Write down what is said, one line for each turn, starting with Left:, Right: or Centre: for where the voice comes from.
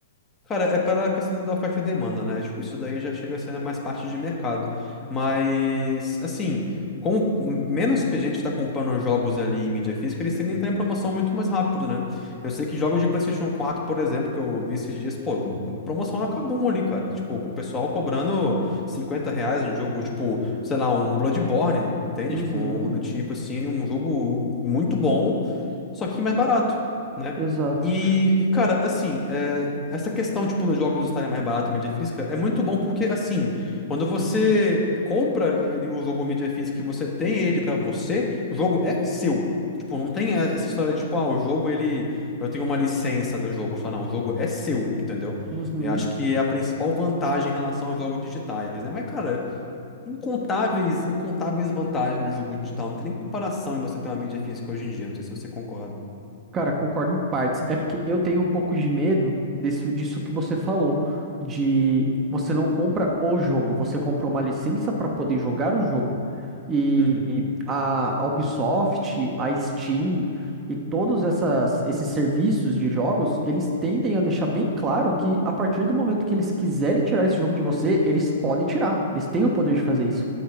Left: Cara, é pela questão da oferta e demanda, né? Tipo, isso daí já chega a ser mais parte de mercado. Mas, assim, como menos gente tá comprando jogos ali em mídia física, eles tendem a entrar em promoção muito mais rápido, né? Eu sei que jogos de PlayStation quatro, por exemplo, que eu vi esses dias, pô, promoção na Kabum ali, cara. Tipo, com o pessoal cobrando 50 reais um jogo, tipo, sei lá, um Bloodborne, entende?
Right: Uhum,
Left: Tipo, algo do tipo, assim, um jogo muito bom só que mais barato, né?
Right: exato.
Left: E, e, cara, assim, é, essa questão, tipo, dos jogos estarem mais barato em mídia física é muito bom porque, assim, quando você compra ele, o jogo em mídia física e você tem ele pra você, o jogo é seu. Tipo, não tem eh, essa história de, tipo, ah, o jogo, ele... Eu tenho uma licença do jogo só, não. O jogo é seu, entendeu?
Right: Uhum.
Left: Eu acho que é a principal vantagem em relação aos jogos digitais, né? Mas, cara, incontáveis, incontáveis vantagens no jogo digital. Não tem nem comparação em você ter uma mídia física hoje em dia. Não sei se você concorda.
Right: Cara, concordo em partes. É porque eu tenho um pouco de medo disso, disso que você falou, de você não compra o jogo, você compra uma licença para poder jogar o jogo. E
Left: Uhum.
Right: a a Ubisoft, a Steam e todos essas, esses serviços de jogos, eles tendem a deixar bem claro que a partir do momento que eles quiserem tirar esse jogo de você, eles podem tirar. Eles têm o poder de fazer isso.